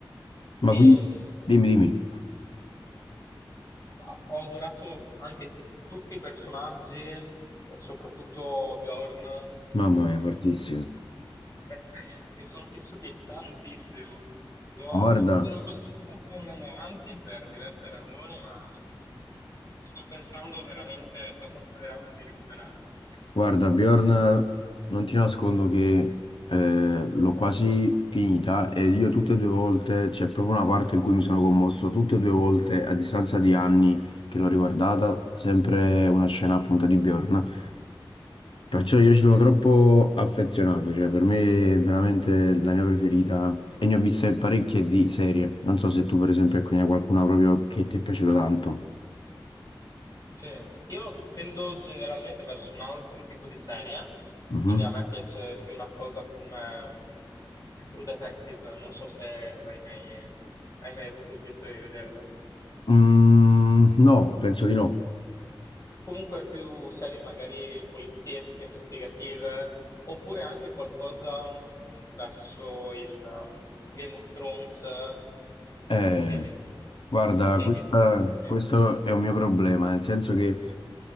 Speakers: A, on the left (about 85°); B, on the left (about 40°).
A: Ma
B: E,
A: quindi, dimmi, dimmi.
B: Ah, Ho adorato anche tutti i personaggi, e soprattutto Bjorn.
A: Mamma mia,
B: Mm.
A: fortissimo.
B: <laughs> Mi sono piaciuti tantissimo. L'ho
A: Ma guarda,
B: l'ho abbandonato un po' andando avanti per diverse ragioni, ma sto pensando veramente, sto considerando di recuperarla.
A: Guarda, Bjorn, non ti nascondo che eh, l'ho quasi finita e io tutte e due volte, c'è proprio una parte in cui mi sono commosso, tutte e due volte a distanza di anni che l'ho riguardata, sempre una scena appunto di Bjorn. Perciò io ci sono troppo affezionato, cioè per me è veramente la mia preferita e ne ho viste parecchie di serie. Non so se tu per esempio ecco, ne hai qualcuna proprio che ti è piaciuta tanto.
B: Sì, io tendo generalmente verso un altro tipo di serie,
A: Mhm.
B: quindi a me piace più una cosa come mm, True Detective, non so se l'hai mai, hai mai avuto il piacere di vederla.
A: Mm, no, penso di no.
B: Comunque più serie magari poliziesche, investigative, oppure anche qualcosa mm, verso il um, Game of Thrones eh,
A: Eh,
B: o simili.
A: guarda,
B: Eh,
A: questa-
B: Game of Thrones mi
A: questo è un mio problema, nel senso che